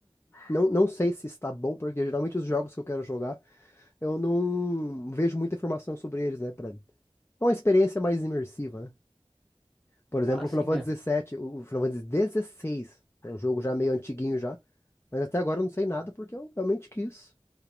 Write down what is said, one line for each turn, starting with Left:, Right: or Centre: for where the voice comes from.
Left: Não, não sei se está bom, porque geralmente os jogos que eu quero jogar, eu não vejo muita informação sobre eles, né? Pra... É uma experiência mais imersiva, né? Por exemplo,
Centre: Ah, sim,
Left: o Final Fantasy
Centre: é.
Left: VII, o o Final Fantasy XVI, é um jogo já meio antiguinho já, mas até agora eu não sei nada porque eu realmente quis